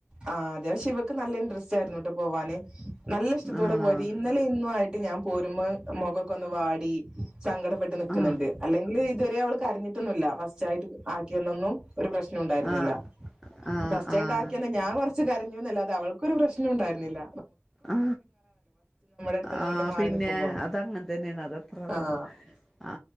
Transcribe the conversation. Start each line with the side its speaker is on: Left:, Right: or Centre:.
Right: ആ ത് പഷേ ഇവക്ക് നല്ല ഇൻഡ്രസ്‌റ്റായിരുന്നു ട്ടോ പോവാന് നല്ല ഇഷ്‌ടത്തോടെ
Centre: ആഹ്
Right: പോയത് ഇന്നലേം ഇന്നും ആയിട്ട് ഞാൻ പോരുമ്പോ മൊഗൊക്കൊന്ന് വാടി സങ്കടപെട്ട് നിക്ക്ന്ന്ണ്ട്
Centre: ആഹ്
Right: അല്ലെങ്കില് ഇത് വെരെ അവള് കരഞ്ഞിട്ടൊന്നുല്ല ഫസ്‌റ്റായിട്ട് ആക്കിന്നന്നും ഒരു പ്രശ്‌ന നവും ണ്ടായിരുന്നില്ല
Centre: ആഹ് ആഹ്
Right: ഫസ്‌റ്റായിട്ടാക്ക്യന്ന്
Centre: ആഹ്
Right: ഞാൻ കൊർച്ച് ച്ച് കരഞ്ഞുന്നല്ലാത്തെ അവൾക്കൊരു പ്രശ്‌നൊണ്ടായിരുന്നില്ല
Centre: ആ
Right: അടുത്ത്ന്ന്
Centre: ആ
Right: ഇങ്ങോട്ട് മാറി
Centre: പിന്നെ
Right: നിക്കുമ്പോ
Centre: അതങ്ങൻത്തെന്നെണ് അതിപ്പം
Right: ആഹ്
Centre: അ